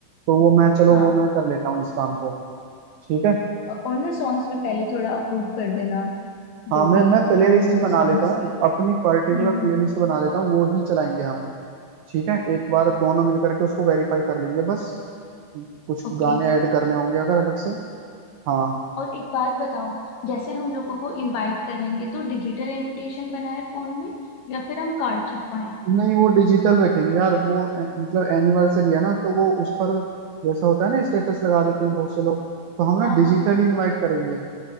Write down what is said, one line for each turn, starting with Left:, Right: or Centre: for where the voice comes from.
Right: तो वो मैं चलो
Left: हाँ
Right: वो मैं कर लेता हूँ इस काम को ठीक है
Left: औ- और ना सॉन्ग्स भी पहले थोड़ा अप्रूव कर देना
Right: हाँ
Left: जो
Right: मैं
Left: भी
Right: मैं प्ले
Left: टोन
Right: लिस्ट
Left: होगी
Right: बना
Left: सॉन्ग्स
Right: लेता हूँ
Left: की
Right: अपनी पर्टिकुलर
Left: हम्म
Right: प्ले लिस्ट बना लेता हूँ वो ही चलाएंगे हम ठीक है एक बार दोनों मिलकर के उसको वेरीफाई कर लेंगे बस कुछ
Left: ओके
Right: गाने ऐड करने होंगे अगर अलग से हाँ
Left: और एक बात बताओ जैसे हम लोगों को इनवाइट करेंगे तो डिजिटल इनविटेशन बनाए फोन में या फिर हम कार्ड छपवाएं
Right: नहीं वो डिजिटल रखेंगे यार वो ए- मतलब एनिवर्सरी है ना तो वो उस पर जैसा होता है ना स्टेटस लगा देते हैं बहुत से लोग तो हम ना
Left: हाँ
Right: डिजिटली
Left: हाँ
Right: इनवाइट करेंगे